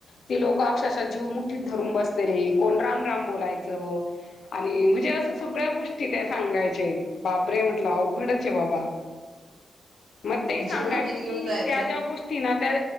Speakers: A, on the left; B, on the right.
A: ती लोक अक्षरशः जीव मुठीत धरून बसलेले. कोण राम-राम बोलायचं आणि म्हणजे अस सगळ्या गोष्टी ते सांगायचे बाप रे म्हटलं अवघडच आहे बाबा. मग ते सांगायचे
B: जीव मुठीत घेऊन
A: की
B: जायचं
A: त्या ज्या गोष्टी तुम्हीना त्या